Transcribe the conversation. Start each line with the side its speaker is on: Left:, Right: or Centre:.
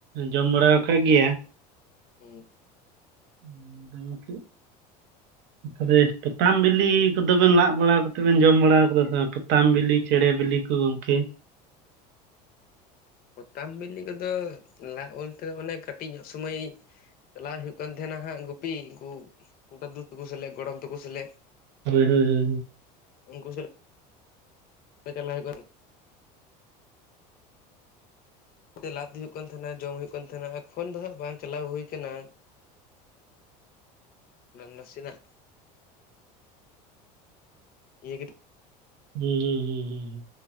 Right: ᱡᱚᱢ ᱵᱟᱲᱟ ᱟᱠᱟᱫ ᱜᱮᱭᱟ ᱾
Left: ᱦᱮᱸ ᱾
Right: <unintelligible>
Left: <inaudible>
Right: <unintelligible> ᱯᱚᱛᱟᱢ ᱵᱤᱞᱤ ᱠᱚᱫᱚ ᱵᱮᱱ ᱞᱟᱜ ᱵᱟᱲᱟ ᱠᱟᱛᱮ ᱵᱮᱱ ᱡᱚᱢ ᱵᱟᱲᱟ ᱠᱟᱫᱟ ᱥᱮ ᱵᱟᱝ? ᱯᱚᱛᱟᱢ ᱵᱤᱞᱤ ᱪᱮᱸᱬᱮ ᱵᱤᱞᱤ ᱠᱚ ᱜᱚᱢᱠᱮ ᱾
Left: ᱯᱚᱛᱟᱢ ᱵᱤᱞᱤ ᱠᱚᱫᱚ ᱞᱟᱜ ᱵᱚᱞᱛᱮ ᱫᱚ ᱚᱱᱮ ᱠᱟᱹᱴᱤᱡ ᱧᱚᱜ ᱥᱩᱢᱚᱭ ᱪᱟᱞᱟᱜ ᱦᱩᱭᱩᱜ ᱠᱟᱱ ᱛᱟᱦᱮᱱᱟ ᱦᱟᱸᱜ ᱜᱩᱯᱤ, ᱩᱱᱠᱩ ᱫᱟᱫᱩ ᱛᱟᱠᱚ ᱥᱟᱞᱟᱜ ᱜᱚᱲᱚᱢ ᱛᱟᱠᱚ ᱥᱟᱞᱟᱜ ᱾
Right: ᱦᱳᱭ ᱦᱳᱭ ᱦᱳᱭ ᱾
Left: ᱩᱱᱠᱩ ᱥᱟᱞᱼᱼ ᱪᱟᱞᱟᱜ ᱦᱩᱭᱩᱜ ᱠᱚᱼᱼ ᱛᱮ ᱞᱟᱫ ᱦᱩᱭᱩᱜ ᱠᱟᱱ ᱛᱟᱦᱮᱱᱟ ᱡᱚᱢ ᱦᱩᱭᱩᱜ ᱠᱟᱱ ᱛᱟᱦᱮᱱᱟ ᱮᱠᱷᱚᱱ ᱫᱚ ᱦᱟᱸᱜ ᱵᱟᱝ ᱪᱟᱞᱟᱣ ᱦᱩᱭᱠᱟᱱᱟ᱾ ᱱᱟᱥᱮᱱᱟᱜ ᱤᱭᱟᱹ
Right: ᱦᱩᱸ ᱦᱩᱸ ᱦᱩᱸ ᱦᱩᱸ᱾